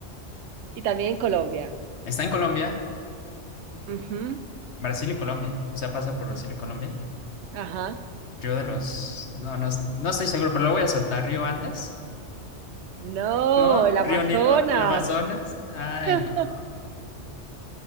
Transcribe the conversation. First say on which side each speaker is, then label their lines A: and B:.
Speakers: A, on the right (about 70°); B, on the left (about 65°).
A: y también en Colombia.
B: ¿Está en Colombia?
A: Ujú.
B: Brasil y Colombia. O sea, pasa por Brasil
A: Mm.
B: y Colombia.
A: Ajá.
B: Río de los... No, no, no estoy seguro, pero lo voy a soltar. ¿Río Andes?
A: No,
B: ¿No?
A: el Amazonas.
B: ¿Río Nilo? ¿El Amazonas? Ay,
A: <laughs>
B: no.